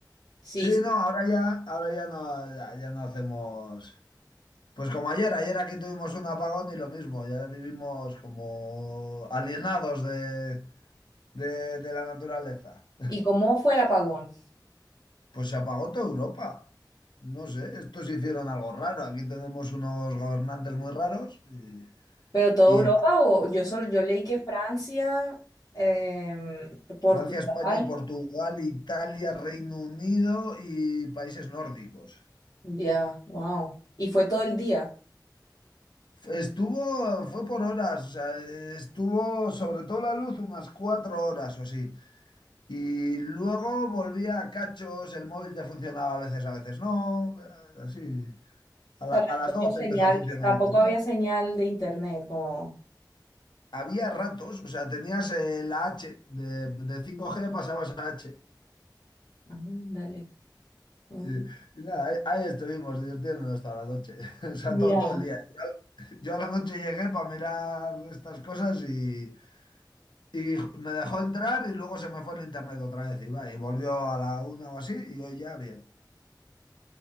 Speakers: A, on the left; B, on the left.
A: sí.
B: Sí,
A: sí.
B: no, ahora ya, ahora ya no, ya, ya no hacemos. Pues como ayer, ayer aquí tuvimos un apagón y lo mismo, ya vivimos como alienados de, de, de la naturaleza.
A: ¿Y cómo fue el apagón?
B: Pues se apagó toda Europa. No sé, estos hicieron algo raro. Aquí tenemos unos gobernantes muy raros. Y,
A: ¿Pero toda Europa
B: y
A: o yo solo, yo leí que Francia, em, Portugal,
B: Francia, España, Portugal, Italia, Reino Unido y países nórdicos.
A: ya, wow. Y fue todo el día.
B: Estuvo, fue por horas, o sea, estuvo sobre todo la luz unas cuatro horas o así. Y luego volvía a cachos, el móvil te funcionaba a veces, a veces no, así. A, la-
A: O sea,
B: a
A: tampoco
B: las 12
A: señal,
B: empezó a funcionar
A: tampoco
B: internet.
A: había señal de internet, como.
B: Había ratos, o sea, tenías eh, la H, de, de cinco g pasabas a H.
A: Ándale. Ujú.
B: Y, y nada, ahí, ahí estuvimos divirtiéndonos toda la noche, <laughs> o sea,
A: Ya.
B: todo, todo el día. Yo a la noche llegué para mirar estas cosas y Y me dejó entrar y luego se me fue el internet otra vez. Y, va, y volvió a la una o así y hoy ya bien.